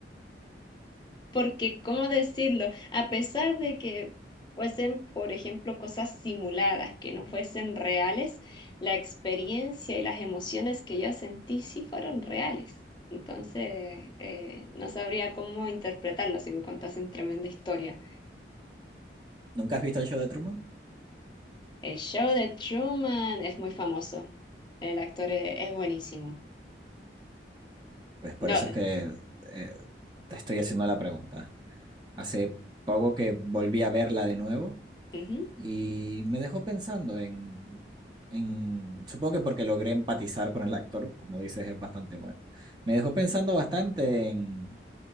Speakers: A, on the left; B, on the right.
A: porque, ¿cómo decirlo? A pesar de que fuesen, por ejemplo, cosas simuladas, que no fuesen reales, la experiencia y las emociones que yo sentí sí fueron reales. Entonces, eh, no sabría cómo interpretarlo si me contasen tremenda historia.
B: ¿Nunca has visto el show de Truman?
A: El show de Truman es muy famoso. El actor e- es, buenísimo.
B: Pues por
A: No,
B: eso es que eh, te estoy haciendo la pregunta. Hace poco que volví a verla de nuevo
A: ujú,
B: y me dejó pensando en, en, supongo que porque logré empatizar con el actor, como dices, es bastante bueno. Me dejó pensando bastante en